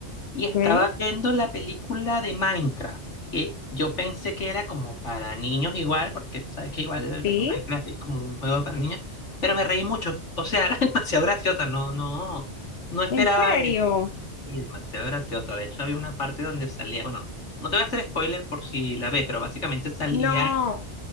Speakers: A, on the left; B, on the left.
A: y estaba
B: ¿Ok?
A: viendo la película de Minecraft, que yo pensé que era como para niños igual, porque tú sabes que igual, bueno,
B: ¿Sí?
A: Minecraft es como un juego para niños, pero me reí mucho, o sea, <laughs> era demasiado graciosa, no, no, no esperaba
B: ¿En serio?
A: eso, y demasiado graciosa, de hecho había una parte donde salía, bueno, no te voy a hacer spoiler por si la ves, pero básicamente salía
B: No,